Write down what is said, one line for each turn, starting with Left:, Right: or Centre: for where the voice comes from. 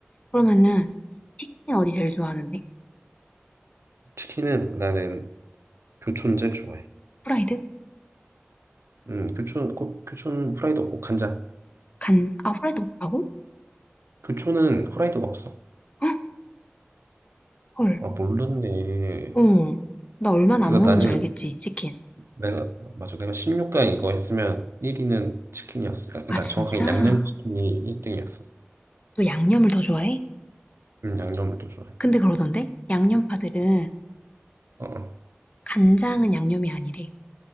Left: 그러면은, 치킨 어디 제일 좋아하는데?
Right: 치킨은 나는 교촌 제일 좋아해.
Left: 후라이드?
Right: 음, 교촌, 고- 교촌 후라이드 없고 간장.
Left: 간, 아, 후라이드 없다고?
Right: 교촌은 후라이드가 없어.
Left: 헉, 헐.
Right: 아, 몰랐네.
Left: 어. 나 얼마나
Right: 그래서
Left: 안 먹는
Right: 나는
Left: 줄 알겠지, 치킨.
Right: 내가 맞아. 내가 16강 이거 했으면 1위는 치킨이었어. 그러니까
Left: 아,
Right: 그러니까
Left: 진짜?
Right: 정확하게 양념치킨이 1등이었어.
Left: 너 양념을 더 좋아해?
Right: 음, 양념을 또 좋아해.
Left: 근데 그러던데? 양념파들은,
Right: 어, 어.
Left: 간장은 양념이 아니래.